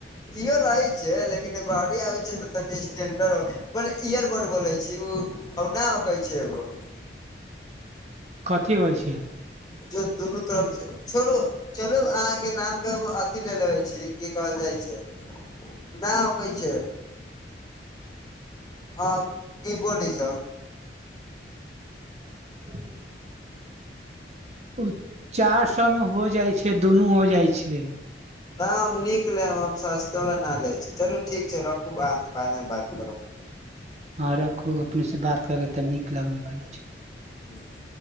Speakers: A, on the left; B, on the right.
A: इहो रहै छै लेकिन एगो आउरी आबै छै तऽ तनी स्टैंडर पहिले इयरबड बोलै छी उ हउ ना होखै छै एगो
B: कथी होइ छै
A: जो दुनू तरफ से छोरू चलू अहाँके नाम कहब अथी ले लेबै छी की कहल जाइ छै नि ओकै छै हँ की बोर्ड ई सब
B: <inaudible> उ चार सो मे हो जाइ छै दुनू हो जाइ छै।
A: ना हम नीक लेब हम सस्तो बला ना लै छी चलू ठीक छै रखू अहाँ से बाद मे बात करब
B: हँ रखू अपने से बात कर तऽ नीक लगबै करै छै
A: <unintelligible>